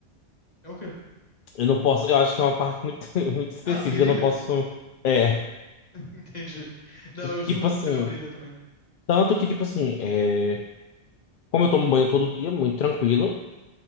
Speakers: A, on the left; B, on the left.
A: É o quê?
B: Eu não posso, eu acho que é uma parte muito, <laughs> muito específica,
A: Ah, virilha?
B: eu não posso. É,
A: <laughs> Entendi. Não, eu sou
B: tipo
A: muito
B: assim,
A: na virilha também.
B: tanto que, tipo assim, é, como eu tomo banho todo dia, muito tranquilo,